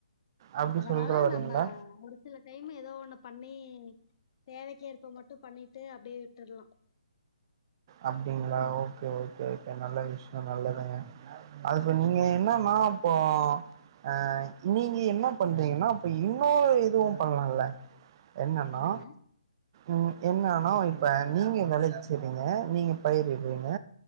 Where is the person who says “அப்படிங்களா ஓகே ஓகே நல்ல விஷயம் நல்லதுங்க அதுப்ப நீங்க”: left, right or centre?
Right